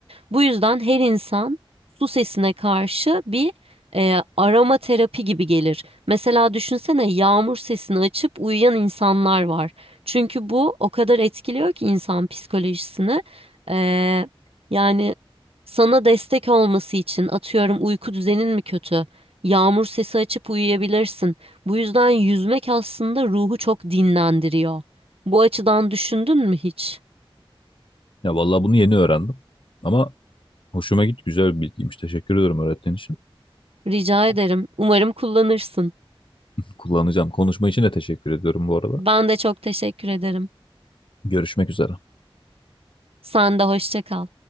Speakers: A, on the right (about 80°); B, on the left (about 60°).
A: Bu yüzden her insan su sesine karşı bir e, aroma terapi gibi gelir. Mesela düşünsene yağmur sesini açıp uyuyan insanlar var. Çünkü bu o kadar etkiliyor ki insan psikolojisini. E, yani sana destek olması için atıyorum uyku düzenin mi kötü? Yağmur sesi açıp uyuyabilirsin. Bu yüzden yüzmek aslında ruhu çok dinlendiriyor. Bu açıdan düşündün mü hiç?
B: Ya vallahi bunu yeni öğrendim. Ama hoşuma git güzel bir bilgiymiş. Teşekkür ediyorum öğrettiğin için.
A: Rica
B: Ku-
A: ederim. Umarım kullanırsın.
B: Kullanacağım. Konuşma için de teşekkür ediyorum bu arada.
A: Ben de çok teşekkür ederim.
B: Görüşmek üzere.
A: Sen de hoşça kal.